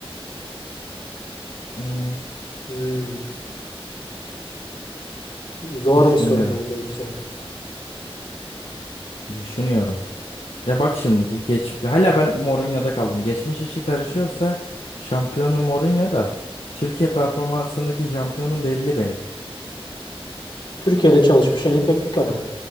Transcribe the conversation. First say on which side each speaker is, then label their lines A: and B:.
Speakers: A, on the left (about 85°); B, on the left (about 60°).
A: Hmm,
B: Hmm, zor
A: Düşünüyorum.
B: bir soru mu oldu yoksa?
A: Düşünüyorum. Ya bak şimdi bu geç hala ben Mourinho'da kaldım. Geçmiş işi karışıyorsa şampiyonu Mourinho da Türkiye performansındaki şampiyonum belli benim.
B: Türkiye'de çalışmış en iyi teknik adam.